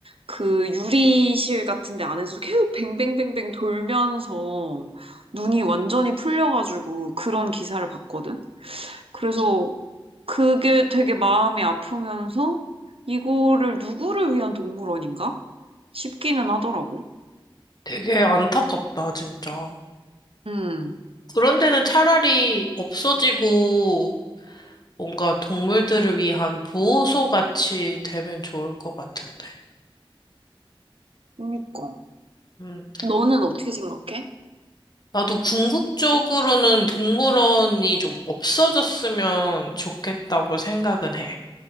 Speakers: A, on the right (about 80°); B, on the left (about 45°).
A: 그 유리실 같은 데 안에서 계속 뱅뱅뱅뱅 돌면서 눈이 완전히 풀려가지고 그런 기사를 봤거든. 그래서 그게 되게 마음이 아프면서 이거를 누구를 위한 동물원인가? 싶기는 하더라고.
B: 되게 안타깝다, 진짜.
A: 음,
B: 그런 데는 차라리 없어지고 뭔가 동물들을 위한 보호소 같이 되면 좋을 것 같은데.
A: 그니까.
B: 음.
A: 너는 어떻게 생각해?
B: 나도 궁극적으로는 동물원이 좀 없어졌으면 좋겠다고 생각은 해.